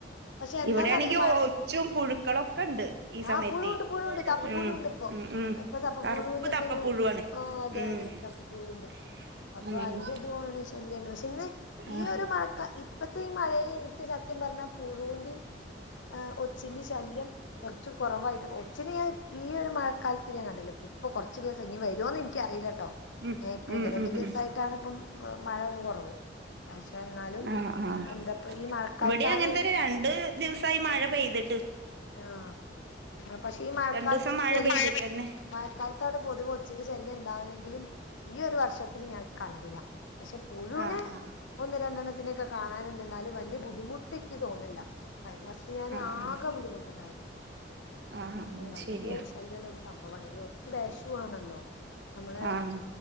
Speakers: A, on the left; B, on the right.
A: പക്ഷെ എന്താന്നറിയില്ല
B: ഇവിടെയാണെങ്കി
A: മഴ
B: ഒച്ചും പുഴുക്കളൊക്കെണ്ട് ഈ സമയത്ത്
A: ആ പുഴുണ്ട് പുഴുണ്ട്
B: മ്മ്
A: തപ്പപ്പുഴുണ്ട് ഇപ്പൊ
B: മ്മ് മ്മ്
A: ഇപ്പൊ തപ്പപ്പുഴുവിന്റെ
B: കറുപ്പ് തപ്പ
A: ഒക്കെ ഒരു
B: പുഴുവാണ്.
A: ആ അതെ
B: മ്മ്
A: അതെ തപ്പപ്പുഴുണ്ട് അപ്പൊ
B: മ്മ്
A: അതിന്റെ ഇതുകൊണ്ട് ശല്യണ്ട് പക്ഷെ ഇന്ന് ഈ
B: ആഹ്
A: ഒരു മഴക്ക ഇപ്പത്തെ ഈ മഴേൽ ഇനിക്കെ സത്യം പറഞ്ഞാ പുഴുവിൻ്റെയും ആഹ് ഒച്ചിന്റെയും ശല്യം കൊർച്ച് കുറവായിട്ട് ഒച്ചിനെ ഞാൻ ഈ ഒരു മഴക്കാലത്ത് ഞാൻ കണ്ടില്ല ഇപ്പൊ കുറച്ച് കുറച്ചു ദിവസായി ഇനി വരോന്ന് എനിക്ക് എനിക്കറിയില്ല കേട്ടോ
B: ഉം
A: ഞാ ഇപ്പോ
B: ഉം
A: ഒന്ന് രണ്ട്
B: ഉം
A: ദിവസായിട്ടാണ്
B: ഉം
A: ഇപ്പം മഴയൊന്ന് കുറവ്. പക്ഷെ എന്നാലും
B: ആഹ് ആഹ്
A: എന്താപ്പ ഈ മഴക്കാലത്താണ്
B: ഇവിടെ അങ്ങനെ തന്നെ രണ്ട് ദിവസായി മഴ പെയ്തി
A: ആഹ് പക്ഷെ ഈ മഴക്കാലത്ത്
B: രണ്ടൂസം മഴ പെയ്തിട്ടന്നെ
A: മഴക്കാലത്ത് അവിടെ പൊതുവെ ഒച്ചിൻ്റെ ശല്യം ഉണ്ടാവില്ലെങ്കിലും ഈ ഒരു വർഷത്തിൽ ഞാൻ കണ്ടില്ല. പക്ഷെ പുഴുവിനെ
B: ആഹ് ആഹ്
A: ഒന്ന് രണ്ടെണ്ണത്തിനേക്കെ കാണാനുണ്ട്. എന്നാലും വലിയ ബുദ്ധിമുട്ട് നിക്ക് തോന്നില്ല. കഴിഞ്ഞ വർഷം ഞാന്
B: ആഹ്
A: ആകെ
B: ആഹ്
A: ബുദ്ധിമുട്ടി.
B: ആഹ് അത്
A: വല്യ
B: ശരിയാ
A: ശല്യള്ള ഒരു സംഭവാണ്. ഈ ഒച്ച് വെഷം ആണല്ലോ നമ്മളെ
B: ആഹ്